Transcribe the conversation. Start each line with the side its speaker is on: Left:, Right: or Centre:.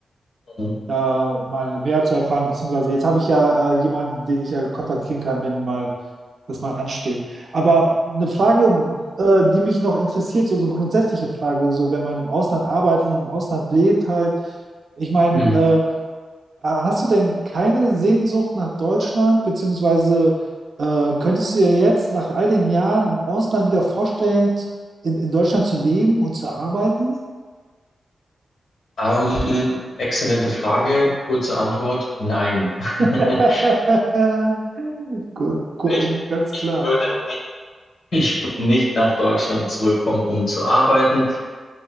Left: Mhm.
Right: da mal mehr zu erfahren, beziehungsweise jetzt habe ich ja äh, jemanden, den ich ja kontaktieren kann, wenn mal das mal ansteht. Aber eine Frage, äh, die mich noch interessiert, so, so grundsätzliche Frage, so wenn man im Ausland arbeitet und im Ausland lebt halt, ich meine,
Left: Mhm.
Right: Ah, Hast du denn keine Sehnsucht nach Deutschland, beziehungsweise äh, könntest du dir jetzt nach all den Jahren im Ausland wieder vorstellen, in, in Deutschland zu leben und zu arbeiten?
Left: Ähm, exzellente Frage, kurze Antwort, nein. <laughs>
Right: <laughs> Gu- gu-
Left: Ich,
Right: Ganz
Left: ich
Right: klar.
Left: würde nicht <laughs> Ich will nicht nach Deutschland zurückkommen, um zu arbeiten.